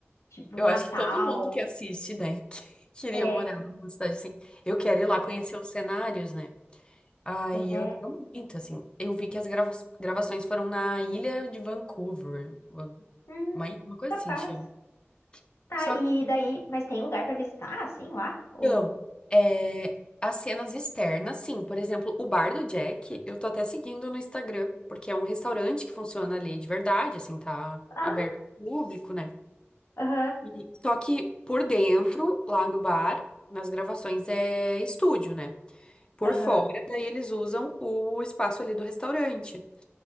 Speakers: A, on the left (about 75°); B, on the left (about 20°).
A: tipo
B: Eu
A: Natal.
B: acho que todo mundo que assiste, né, <laughs> queria
A: É,
B: morar numa cidade assim. Eu quero ir lá
A: é,
B: conhecer os cenários, né? Ai,
A: pois é.
B: eu quero muito, assim. Eu vi que as grava- gravações foram na ilha de Vancouver, uma,
A: Hum,
B: uma coisa
A: capaz.
B: assim chama.
A: Tá,
B: Só
A: e
B: que,
A: daí, mas tem lugar pra visitar assim lá? Ou...
B: então, é, as cenas externas, sim. Por exemplo, o bar do Jack, eu tô até seguindo no Instagram, porque é um restaurante que funciona ali de verdade, assim, tá
A: Ah,
B: aberto ao público, né?
A: aham.
B: E- só que por dentro, lá no bar, nas gravações é estúdio, né? Por
A: Aham.
B: fora, daí eles usam o espaço ali do restaurante.